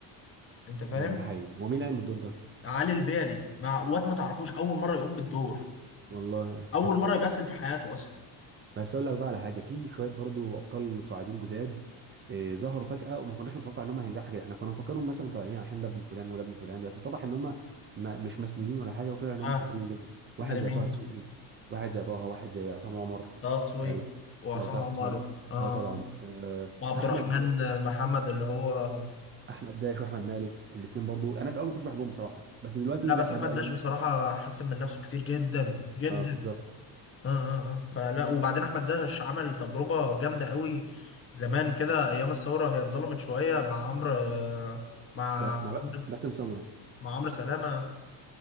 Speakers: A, on the left; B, on the right.
A: انت فاهم
B: مم، ده حقيقي هو مين قايم بالدور ده
A: علي البيلي مع واد ما تعرفوش اول مرة يقوم بالدور
B: والله
A: اول مرة يمثل في حياته اصلا
B: بس اقول لك بقى على حاجه في شويه برضو ابطال صاعدين جداد آه، ظهروا فجاه وما كناش نتوقع ان هم هينجحوا كده احنا كنا مفكرهم مثلا طالعين عشان ده ابن فلان وده ابن فلان بس اتضح ان هم ما مش مسنودين ولا حاجه وطلع ان هم
A: ها
B: شاطرين جدا واحد
A: زي
B: زي
A: مين
B: طه دسوقي واحد زي طه واحد زي عصام عمر
A: طه دسوقي
B: آه، لو
A: وعصام
B: لو تعرف
A: عمر
B: عصام
A: اه
B: اه طبعا آه،
A: وعبد
B: احمد
A: الرحمن
B: بص
A: محمد اللي هو
B: احمد داش واحمد مالك الاثنين برضو انا في الاول ما كنتش بحبهم بصراحه بس دلوقتي
A: لا
B: لا
A: بس
B: بدا
A: احمد داش
B: لهم
A: بصراحه حسن من نفسه كتير جدا جدا
B: اه بالظبط
A: اه اه اه فلا وبعدين احمد داش عمل تجربه جامده قوي زمان كده ايام الثوره هي اتظلمت شويه مع عمرو آه، مع
B: ب- مع ب-
A: عمرو
B: باسم سمره
A: مع عمرو سلامه